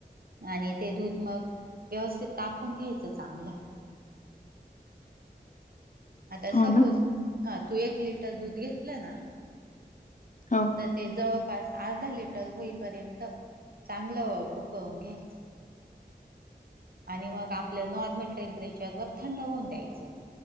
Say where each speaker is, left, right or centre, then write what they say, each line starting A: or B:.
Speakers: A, on the right; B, on the left.
A: आणि ते दूध मग व्यवस्थित तापून घ्यायचं चांगलं. आता
B: हो
A: सपोज
B: ना,
A: हा तू एक लिटर दूध घेतलं ना
B: हो
A: तर ते जवळपास अर्धा लिटर होईपर्यंत चांगलं उकळून घ्यायचं आणि मग आपलं नॉर्मल टेम्परेचर वर थंड होऊन द्यायचं